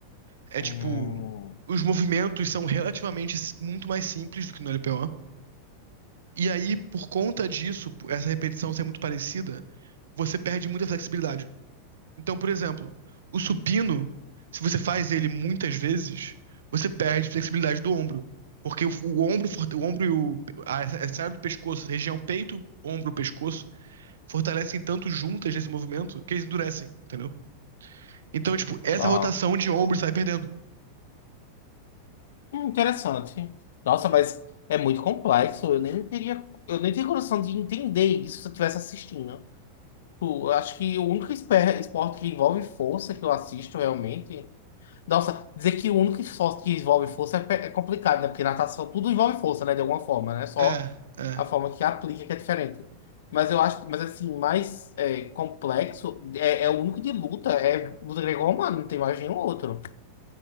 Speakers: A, on the right; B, on the left.
A: É
B: Hum,
A: tipo, os movimentos são relativamente s- muito mais simples do que no LPO. E aí, por conta disso, por essa repetição ser muito parecida, você perde muita flexibilidade. Então, por exemplo, o supino, se você faz ele muitas vezes, você perde flexibilidade do ombro. Porque o, o ombro, forte- o ombro e o, a, a área do pescoço, região peito, ombro, pescoço, fortalecem tanto juntas nesse movimento que eles endurecem, entendeu? Então, tipo, essa
B: tá.
A: rotação de ombros sai perdendo.
B: Hum, interessante. Nossa, mas é muito complexo. Eu nem teria, eu nem teria coração de entender isso se eu estivesse assistindo. Tipo, eu acho que o único espe- esporte que envolve força que eu assisto realmente. Nossa, dizer que o único esporte que envolve força é, pe- é complicado, né? Porque natação tudo envolve força, né? De alguma forma, né? Só
A: É, é.
B: a forma que aplica que é diferente. Mas eu acho, mas assim, mais é, complexo é, é o único de luta, é luta greco-romana, não tem mais nenhum outro.